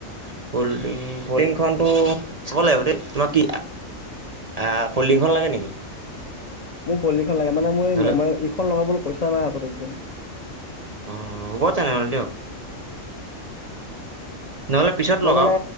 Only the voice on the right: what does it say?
ফল্ডিং ফলিংখন টো চব লাগিব দেই তোমাৰ কি। আহ ফল্ডিংখন লাগে নেকি?
হেল্ল'
অ হ'ব তেনে হ'লে দিয়ক। নহ'লে পিছত
লগাওক